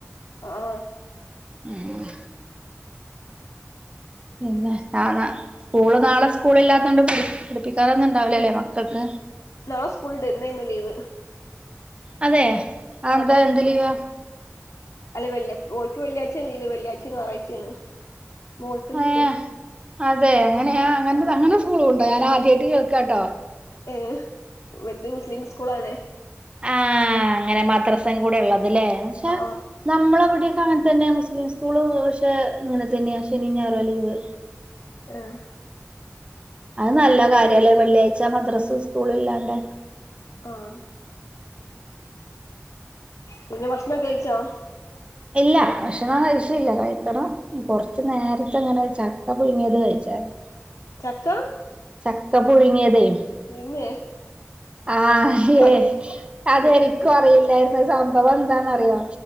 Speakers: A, on the left; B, on the right.
A: ഒ ഓ
B: ഇമ്മ് പിന്നെ ആ സ്കൂള് നാളെ സ്കൂളി ല്ലാത്തോണ്ട് പടി പഠിപ്പിക്കാനൊന്നും ഇ ണ്ടാവിലലേ മക്കൾക്ക്
A: നാളെ സ്കൂൾണ്ട് ഇന്നേനു ലീവ്.
B: അതെ അഎന്താ
A: ആ
B: എന്ത് ലീവാ?
A: അല്ല വെള്ളി ഓൽക്ക് വെള്ളിയാഴ്ച്ചേണ് ലീവ് വെള്ളിയായ്ച്ചിം ഞായറാഴ്ചെണ് മോള്ക്ക് ലീവ്
B: ഏഹ് അതെ അങ്ങനെയ അങ്ങന
A: ആ
B: അങ്ങനെ സ്കൂളുണ്ടോ ഞാൻ ആദ്യയിട്ട് കേൾക്കാട്ടോ.
A: ഏഹ് വര്തെ മുസ്ലിം സ്കൂൾ ആണ്.
B: ആഹ് അങ്ങനെ മദ്രസിം കൂടെ ഉള്ളത് ലേ
A: ആ ആ
B: നമ്മളെവിടെയൊക്കെ അങ്ങനെത്തെന്നെ മുസ്ലിം സ്കൂള് പക്ഷെ അങ്ങനെതന്നെയാ ശെനിം ഞായറുഅ ലീവ്
A: ആഹ്
B: അത് നല്ല കാര്യാല്ലേ വെള്ളിയാഴ്ച്ച മദ്രാസും സ്കൂളുല്ലാണ്ട്
A: ആഹ് പിന്നെ ഭക്ഷണൊക്കെ കഴിച്ചോ?
B: ഇല്ല ഭക്ഷണം കഴിച്ചില്ല കഴിക്കണം കുറച്ച് നേരത്തെ അങ്ങനെ ചക്ക പുഴുങ്ങിയത് കഴിച്ചായിരുന്നു.
A: ചക്ക
B: ചക്ക പുഴുങ്ങിയതെയ്
A: മുരിങ്ങേ
B: ആഹ് ഹെ
A: അത്
B: അതെനിക്കു
A: കേട്ടിട്ടില്ല
B: അ റില്ലായിരുന്നു അത് സംഭവം എന്താന്ന്റിയോ